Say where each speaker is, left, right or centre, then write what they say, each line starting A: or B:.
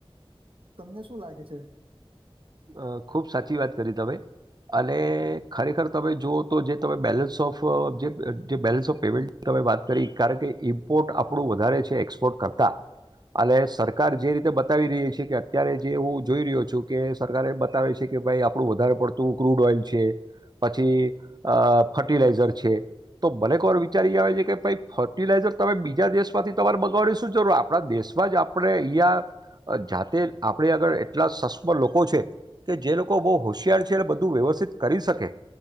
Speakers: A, on the right (about 65°); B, on the right (about 45°).
A: તમને શું લાગે છે.
B: અ ખૂબ સાચી વાત કરી ત ભાઈ. અને ખરેખર તમે જુઓ તો જે તમે બેલેન્સ ઓફ જે બેલેન્સ ઓફ પેમેન્ટની તમે વાત કરી કારણ કે ઇમ્પોર્ટ આપણું વધારે છે એક્સપોર્ટ કરતા અને સરકાર જે રીતે બતાવી રહી છે કે અત્યારે જે હું જોઈ રહ્યો છું કે. સર એ બતાવે છે કે ભાઈ આપણું વધારે પડતું ક્રૂડ ઓઇલ છે પછી ફર્ટિલાઈઝર છે તો મને એક વાર વિચારી આવે છે કે ભ ફર્ટિલાઈઝર તમે બીજા દેશમાંથી તમારે મગાવવાની શું જરૂર આપણા દેશમાં જ આપણે અહીંયા જાતે આપણે આગ એટલા સસ્મ લોકો. છે કે જે લોકો બહુ હોશિયાર છે અને બધું વ્યવસ્થિત કરી શકે